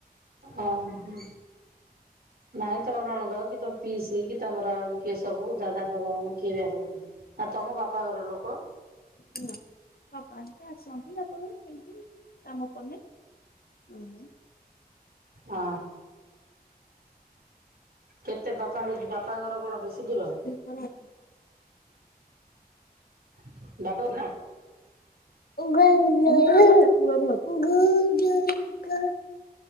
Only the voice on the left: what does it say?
ହୁଁ ବାପା ହେରିକା ଆସନ୍ତି ସେମତି କାମ ପଡ଼ିନେ। ଓହୋ।
ହଁ।
<inaudible>